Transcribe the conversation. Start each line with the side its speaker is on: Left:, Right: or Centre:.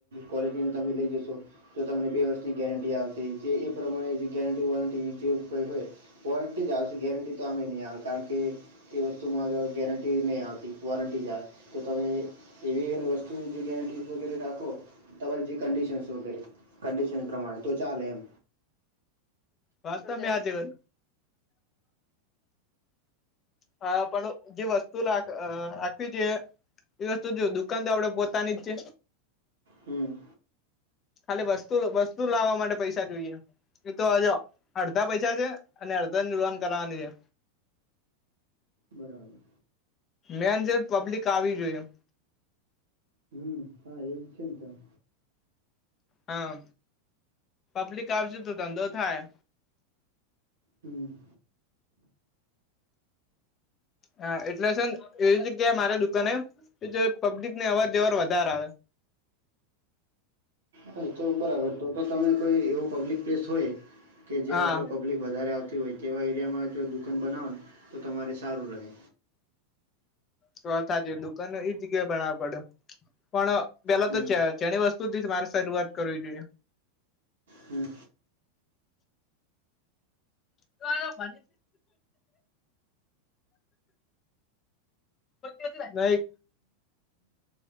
Right: ક્વોલિટી તમે લઈ જશો જો તમને બે વર્ષની ગેરંટી આવશે જે એ પ્રમાણે જે ગેરંટી વોરંટી જેવ કઈ હોય વોરંટી જ આવશે ગેરંટી તો અમે નહીં આવે કારણ કે તે વસ્તુમાં ગેરંટી નહીં આવતી વોરંટી જાય તો તમે એઈવીએન વસ્તુની ગેરંટી વગેરે દાખો તમારી જે કંડિશન સો કરે કંડિશન પ્રમાણે તો ચાલે એમ
Left: વાતા મે આજેવન હા પણ જે વસ્તુ રાખવી જોઈએ એ વસ્તુ જો દુકાન તો આપડે પોતાની જ છે.
Right: હમ
Left: ખાલી વસ્તુ વસ્તુ લાવવા માટે પૈસા જોઈએ. એ તો આજે અડધા પૈસા છે, અને અડધા નિવાન કરવાની છે.
Right: બરાબર
Left: મેન જે પબ્લિક આવી જોઈએ.
Right: હમ હા એજ છે, ને ત્યાં
Left: હા પબ્લિક આવસે તો ધંધો થાય.
Right: હમ.
Left: હા એટલે સર એવી જગ્યા મારે દુકને પબ્લિકને અવર જવર વધારે આવે.
Right: હ તો બરાબર. તો તો તમે કોઈ એવો પબ્લિક પ્લેસ હોય કે જ્યાં
Left: હા.
Right: આગળ પ પબ્લિક વધારે આવતી હોય તેવા એરિયામાં જો દુકાન બનાવો ને તો તમારે સારું રહે.
Left: ચ થા જ દુકાન એ જગ્યાએ ભણ પડ્યો પણ પેલા
Right: હમ
Left: તો છે. જેણી વસ્તુ થી જ મારે શરૂઆત કરવી જોઈએ.
Right: હમ.
Left: ગયો ન <unintelligible> <unintelligible> કઈ